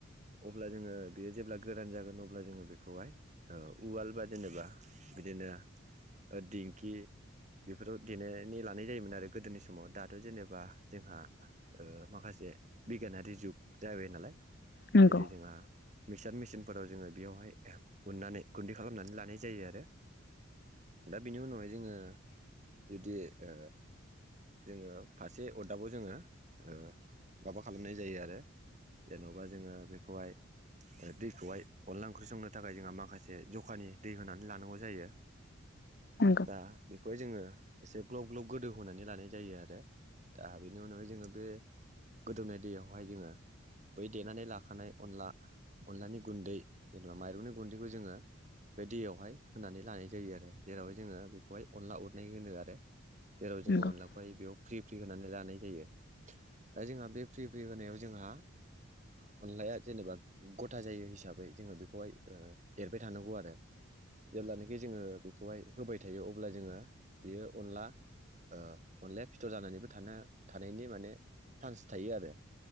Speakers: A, on the right; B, on the left.
A: अब्ला जोङो बेयो जेब्ला गोरान जागोन अब्ला जोङो बेखौहाय ओ उवाल बा जेनेबा बिदिनो दिंखि बेफोराव देनानै लानाय जायोमोन आरो गोदोनि समाव दाथ' जेनेबा जोंहा ओ माखासे बिगियानारि जुग जाबाय नालाय
B: नंगौ
A: जेरै जोंहा मिक्सार मि <unintelligible> फोराव जोङो बेयावहाय उननानै गुन्दै खालामनानै लानाय जायो आरो दा बेनि उनावहाय जोङो जुदि ओ जोङो फासे अरदाबाव जोङो ओ माबा खालामनाय जायो आरो जेन'बा जोङो बेखौहाय दैखौहाय अनला ओंख्रि संनो थाखाय जोंहा माखासे जखानि दै होनानै लानांगौ जायो।
B: नंगौ
A: दा बेखौहाय जोङो एसे ग्लब ग्लब गोदौ होनोनानै लानाय जायो आरो दा बेनि उनावहाय जोङो बे गोदौनाय दैयावहाय जोङो। बै देनानै ला नाय अनला अनलानि गुन्दै जेनेबा माइरंनि गुन्दैखौ जोङो बे दैयावहाय होनानै लानाय जायो आरो जेरावहाय जोङो बेखौहाय अनला उरनाय होनो आरो जेराव
B: नंगौ
A: जोङो अनलाखौहाय बेयाव फ्रि फ्रि होनानै ला नाय जायो दा जोंहा बे फ्रि फ्रि होनायाव जोंहा ओ अनलाया जेनेबा गथा जायो हिसाबै जोङो बे खौहाय ओ एरबाय थानांगौ आरो जेब्लानोखि जोङो बे बेखौहाय होबाय थायो अब्ला जोङो बियो अनला ओ अनलाया फिथर जानानैबो थानो थानायनि माने चान्स थायो आरो